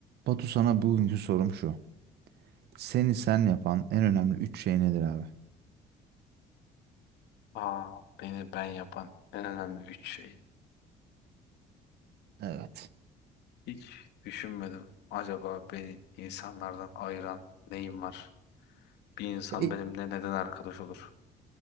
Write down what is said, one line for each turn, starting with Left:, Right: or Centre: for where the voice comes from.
Right: Batu sana bugünkü sorum şu. Seni sen yapan en önemli üç şey nedir abi?
Left: Aa, beni ben yapan en önemli üç şey.
Right: Evet.
Left: Hiç düşünmedim. Acaba beni insanlardan ayıran neyim var? Bir insan
Right: Ya i-
Left: benimle neden arkadaş olur?